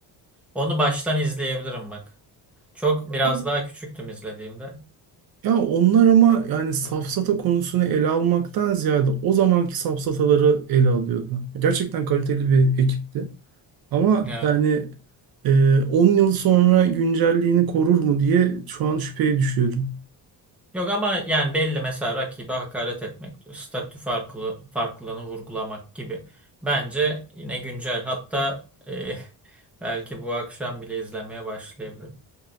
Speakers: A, in the centre; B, on the right (about 60°).
A: Onu baştan izleyebilirim bak. Çok biraz
B: Ama-
A: daha küçüktüm izlediğimde.
B: Ya onlar ama yani safsata
A: Evet.
B: konusunu ele almaktan ziyade o zamanki safsataları ele alıyordu. Gerçekten kaliteli bir ekipti. Ama
A: Evet.
B: yani e, 10 yıl sonra güncelliğini korur mu diye şu an şüpheye düşüyorum.
A: Yok ama yani belli mesela rakibe hakaret etmek, statü farklı, farklılığını vurgulamak gibi. Bence yine güncel. Hatta eh, <laughs> belki bu akşam bile izlemeye başlayabilirim.